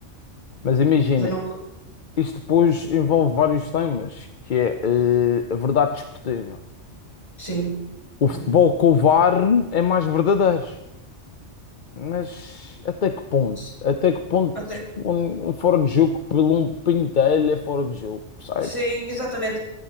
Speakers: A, on the left; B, on the left.
A: Mas imagina,
B: de não.
A: isto depois envolve vários temas, que é eh, a verdade desportiva.
B: Sim,
A: O futebol
B: mesmo.
A: com o VAR é mais verdadeiro, mas até que ponto?
B: Sim,
A: Até que ponto
B: Até.
A: um, um fora de jogo pelo um pintelho é fora de jogo, percebes?
B: Sim, exatamente.